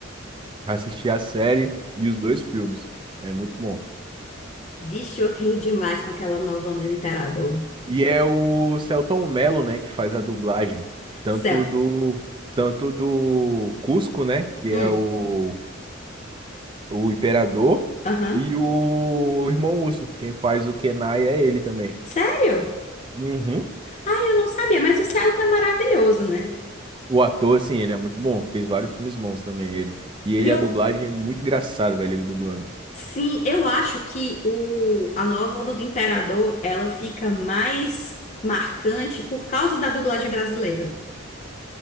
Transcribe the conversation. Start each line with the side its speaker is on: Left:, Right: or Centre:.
Right: Assisti a série e os dois filmes. É muito bom.
Left: Vixe, eu rio demais com aquela Nova Onda do Imperador.
Right: E é o Selton Mello, né, que faz a dublagem, tanto
Left: Céu.
Right: do tanto do Cusco, né, que
Left: Hum,
Right: é o o Imperador
Left: aham.
Right: e o Irmão Urso. Quem faz o Kenai é ele também.
Left: Sério?
Right: Uhum.
Left: Ai, eu não sabia, mas o Celta é maravilhoso, né?
Right: O ator, assim, ele é muito bom. Fez vários filmes bons também, ele. E ele,
Left: E
Right: a
Left: eu
Right: dublagem é muito engraçado, velho, ele dublando.
Left: Sim, eu acho que o, a nova onda do Imperador, ela fica mais marcante por causa da dublagem brasileira.